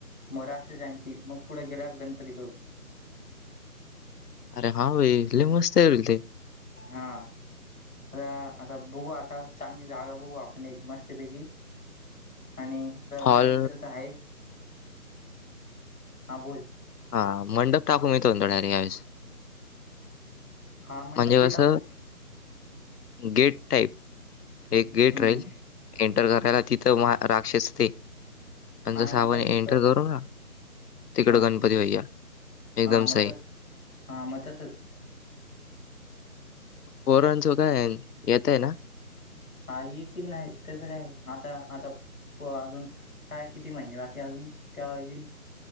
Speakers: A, on the left; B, on the left.
A: म राक्षसांची मग पुढ गेल्यावर गणपती करू.
B: अरे हा भाई लय मस्त होईल ते
A: हा हा आता बघू आता चांगली जागा बघू आपण एक मस्तपैकी आणि दा माझे
B: हॉल
A: मित्र त आहेच हा बोल
B: हा मंडप टाकू मी त म्हणतो डायरेक्ट यावेळेस
A: हा मंडप
B: म्हणजे
A: बी
B: कस,
A: टाकू
B: गेट टाईप एक
A: हम्म
B: गेट राहील एंटर करायला तिथं म राक्षस ते आणि
A: हा
B: जसं
A: ना
B: आपण
A: तसच
B: एंटर
A: तर
B: करू ना तिकडं
A: हा
B: गणपती भैया एकदम
A: हा मग
B: सई
A: तस हा म तसच
B: पोरांचो काय ये येतय ना
A: हा येतील नाहीत त्यांच काय आता आता प अजून काय किती महिने बाकी अजून तेवा येईल.